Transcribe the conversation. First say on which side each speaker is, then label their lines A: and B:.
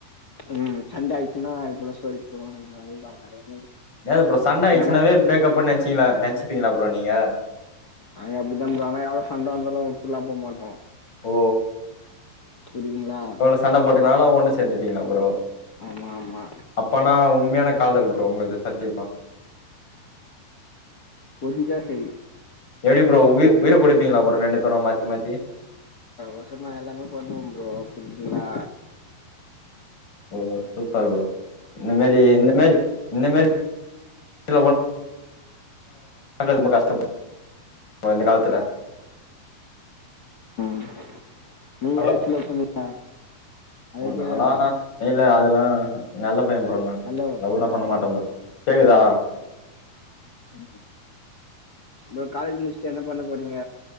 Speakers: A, on the left (about 70°); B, on the left (about 25°).
A: ம் சண்ட ஆயிச்சினா இதுப்போல ஸ்டோரி போடுவோ எ அவுள்தா வேற ஒண்ணுயு இல்ல
B: ஏ ப்ரோ சண்ட ஆயிச்சுனாவே
A: என் மனசு
B: பிரேக்கப்புன் நென்ச்சிங்ளா நென்ச்சிப்பீங்ளா ப்ரோ நீங்கா
A: நாங்க அப்டிப்த்தா ப்ரோ ஆனா எவ்ளோ சண்ட வந்தாலோ உட்டுட்லா போ மாட்டோ
B: ஓ
A: புரியுதுங்களா
B: எவ்ளோ சண்ட போட்டுனாலோ ஒண்ணு சேந்துப்பீங்ளா ப்ரோ
A: ஆமா ஆமா
B: அப்பனா உண்மையான காதல் ப்ரோ உங்குள்து சத்திய்மா
A: புடிஞ்சா செரி
B: எப்டி ப்ரோ உயிர் உயிர குடுப்பீங்ளா ப்ரோ ரெண்டு பேரோ மாத்தி மாத்தி
A: பசக்தா எல்லாமே பண்ணுவோ ப்ரோ புரித்துங்ளா
B: ஓ சூப்பர் ப்ரோ இன்ன மேரி இன்ன மேரி இன்ன மேரி <unintelligible> <unintelligible> ரொம்ப கஷ்டம் ப்ரோ ப்ரோ இந்த கால்த்துல
A: ம் நீங்க
B: ஹலோ
A: யாராச்சு லவ் பண்ணி ளா ஹலோ
B: ப்ரோ
A: கேகுதா
B: நாலா இல்ல அதெல்லா அ நல்ல பைய ப்ரோ நா
A: ஹலோ
B: லவ்வுலா பண்ண மாட்டே ப்ரோ கேக்குதா
A: ம் ப்ரோ காலேஜ் முடிச்சுட்டு என்ன பண்ண போறீங்க